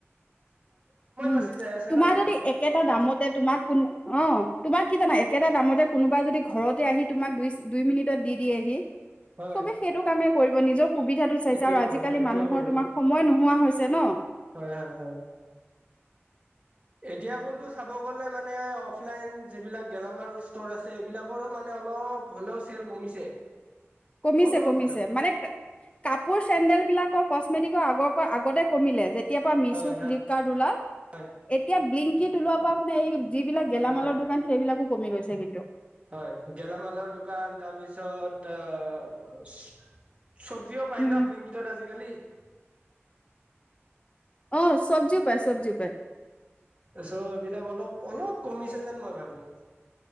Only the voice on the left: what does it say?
উম
তোমাৰ
যদি একেটা দামতে তোমাক কোনো অ' তোমাক কি জানা একেটা দামতে কোনোবাই যদি ঘৰতে আহি তোমাক দুই দুই মিনিটত দি দিয়েহি
চবে সেইটো কামেই কৰিব নিজৰ সুবিধাটো চাইছে
আৰু আজিকালি
মানুহৰ
তোমাৰ সময় নোহোৱা হৈছে। ছে ন
কমিছে
কমিছে
মানে কাপোৰ, চেণ্ডেল বিলাকৰ কচমেটিকৰ আগৰ আগতে কমিলে যেতিয়া পৰা মিছো
ফ্লিপকাৰ্ট ওলাই
এতিয়া ব্লিক কিট ওলোৱা পা মানে এই যিবিলাক গেলামালৰ
দোকান সেইবিলাকো কমি গৈছে কিন্তু
উম,
অ' চব্জিও পায় চব্জিও পায়।